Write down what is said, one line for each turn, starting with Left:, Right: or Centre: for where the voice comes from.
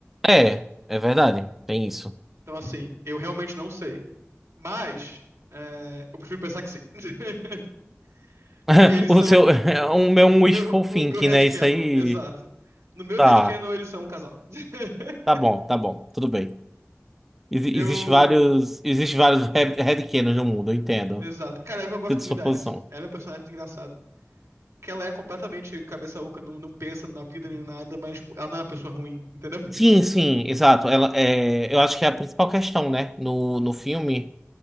Centre: É, é verdade, tem isso.
Right: Então, assim, eu realmente não sei. Mas é, eu prefiro pensar que sim. <laughs>
Centre: <laughs>
Right: Porque eles
Centre: O
Right: são.
Centre: seu. É um meu um
Right: O
Centre: wishful
Right: meu,
Centre: thinking,
Right: o meu headcanon,
Centre: né? Isso aí.
Right: exato. No meu
Centre: Tá,
Right: headcanon, eles são um casal. <laughs>
Centre: tá bom, tá bom, tudo bem. Exi-
Right: Eu.
Centre: Existe vários, existe vários head- headcanons no mundo, eu entendo.
Right: Exato. Cara, eu gosto
Centre: Sinto
Right: muito
Centre: sua
Right: da
Centre: posição.
Right: F. Ela é um personagem engraçado. que ela é completamente cabeça oca, não, não pensa na vida nem nada, mas tipo, ela não é uma pessoa ruim, entendeu? <laughs>
Centre: Sim, sim, exato. Ela, é, eu acho que é a principal questão, né? No, no filme,